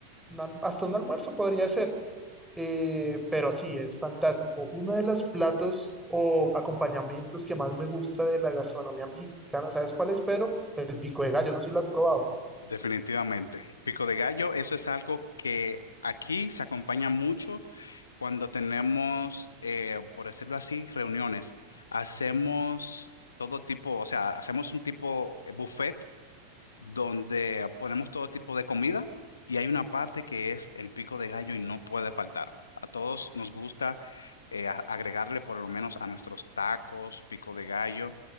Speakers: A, in the centre; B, on the left (about 70°).
A: una- hasta un almuerzo podría ser. Eh, pero sí, es fantástico. Uno de los platos o acompañamientos que más me gusta de la gastronomía mexicana, ¿sabes cuál es, Pedro? El pico de gallo, no sé si lo has probado.
B: Definitivamente. Pico de gallo, eso es algo que aquí se acompaña mucho cuando tenemos, eh, por decirlo así, reuniones. Hacemos todo tipo, o sea, hacemos un tipo eh, buffet donde ponemos todo tipo de comida y hay una parte que es el pico de gallo y no puede faltar. A todos nos gusta eh, a- agregarle por lo menos a nuestros tacos, pico de gallo